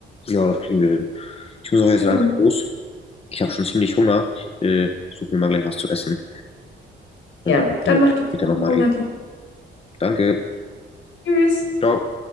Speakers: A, on the left (about 30°); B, on the left (about 75°).
A: Ja, das kriegen wir hin. Ich muss auch jetzt
B: Ja,
A: langsam los. Ich habe schon ziemlich Hunger. Ich äh, suche mir mal gleich was zu essen.
B: Ja,
A: Und dann können
B: dann
A: wir
B: macht es
A: später
B: guten
A: nochmal
B: Hunger
A: reden.
B: dir.
A: Danke.
B: Tschüss.
A: Ciao.